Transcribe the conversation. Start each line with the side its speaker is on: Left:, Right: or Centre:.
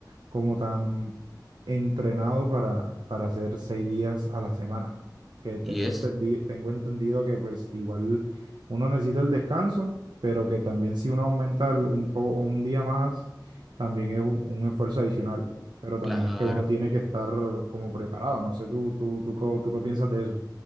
Right: como tan entrenado para, para hacer seis días a la semana. Que tengo
Centre: Y es,
Right: entendido, tengo entendido que pues igual uno necesita el descanso, pero que también si uno aumenta el- un poco, un día más, también es un, un esfuerzo adicional. Pero también
Centre: claro.
Right: es que uno tiene que estar como preparado. No sé, tú, tú, tú, co- tú qué piensas de eso.